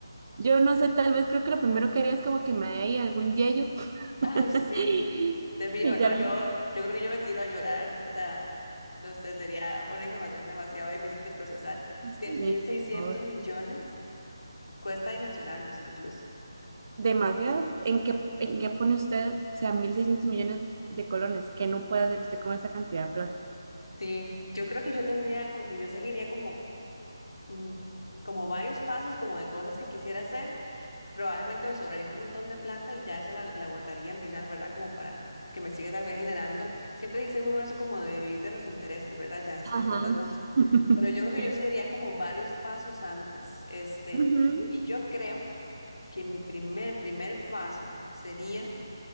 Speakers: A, on the right; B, on the left.
A: Yo no sé, tal vez creo que lo primero que haría es como que me dé ahí algún yello.
B: Ay,
A: <laughs>
B: sí. Te fijo,
A: Y
B: no,
A: ya le...
B: yo, yo creo que yo me tiro a llorar. O sea, no sé, sería una información demasiado difícil de procesar. Es que
A: le-
B: mil seiscientos
A: por favor.
B: millones cuesta dimensionarlos incluso.
A: Demasiado. ¿En qué, en qué pone usted, o sea, 1.600 millones de colones? ¿Qué no puede hacer usted con esa cantidad de plata?
B: Sí, yo creo que yo tendría, como que yo seguiría como mm, como varios pasos, como de cosas que quisiera hacer, probablemente me sobraría un montón de plata y ya esa la, la guardaría al final, ¿verdad? Como para que me siga tal vez generando. Siempre dice uno eso como de vivir de los intereses, ¿verdad? Ya, si
A: Ajá.
B: la plata es mucha.
A: <laughs>
B: Pero yo creo que
A: Sí.
B: yo sí haría como varios pasos antes, este,
A: Ujú.
B: y yo creo que mi primer, primer paso sería